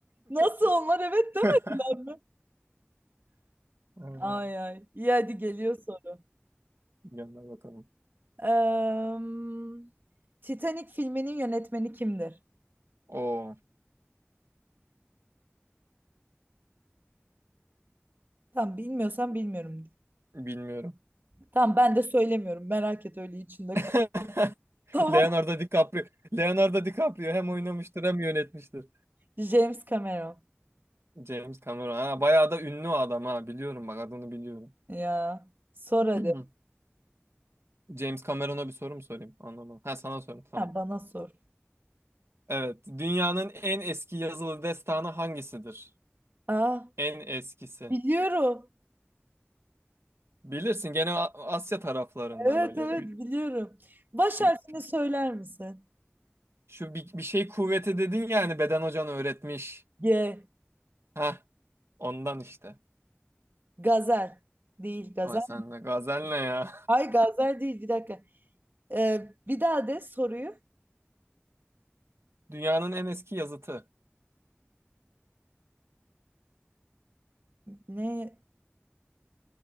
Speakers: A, on the right (about 50°); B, on the right (about 75°).
A: Nasıl onlar evet demediler
B: <laughs>
A: mi?
B: Evet,
A: Ay ay. İyi hadi geliyor soru.
B: Gönder bakalım.
A: Eee, Titanic filminin yönetmeni kimdir?
B: Oo,
A: Tamam bilmiyorsan bilmiyorum. de.
B: bilmiyorum.
A: Tamam ben de söylemiyorum. Merak et öyle içinde
B: <laughs>
A: kal. <laughs> Tamam.
B: Leonardo DiCaprio. Leonardo DiCaprio hem oynamıştır hem yönetmiştir.
A: James Cameron.
B: James Cameron. Ha, bayağı da ünlü o adam ha. Biliyorum bak adını biliyorum.
A: Ya sor
B: <clears throat>
A: hadi.
B: James Cameron'a bir soru mu sorayım? Anlamadım. Ha sana sorayım tamam.
A: Ha, bana sor.
B: Evet. Dünyanın en eski yazılı destanı hangisidir?
A: Aa
B: En eskisi.
A: biliyorum.
B: Bilirsin gene A- Asya taraflarında
A: Evet
B: böyle.
A: evet
B: Kü-
A: biliyorum. Baş
B: kü-
A: harfini
B: kü-
A: söyler misin?
B: Şu bir, bir şey kuvveti dedin ya hani beden hocan öğretmiş.
A: G.
B: Ha ondan işte.
A: Gazel. Değil gazel.
B: Ama sen de gazel ne ya?
A: Ay Gazel değil bir dakika. Ee, bir daha de soruyu.
B: <laughs> Dünyanın en eski yazıtı.
A: Ne